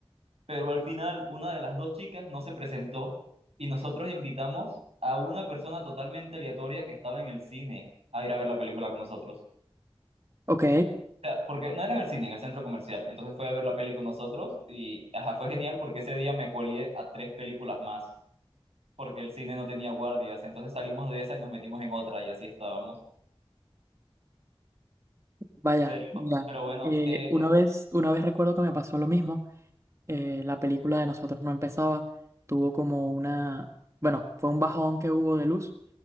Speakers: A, on the right (about 90°); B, on the right (about 30°).
A: pero al final una de las dos chicas no se presentó y nosotros invitamos a una persona totalmente aleatoria que estaba en el cine a ir a ver la película con nosotros.
B: Ok,
A: O sea, porque no era en el cine, en el centro comercial. Entonces fue a ver la peli con nosotros y ajá, fue genial porque ese día me colié a tres películas más porque el cine no tenía guardias. Entonces salimos de esa y nos metimos en otra y así estábamos.
B: vaya,
A: Pero,
B: ya.
A: pero bueno,
B: Eh,
A: eh,
B: una vez, una vez recuerdo que me pasó lo mismo. eh, la película de nosotros no empezaba, tuvo como una, bueno, fue un bajón que hubo de luz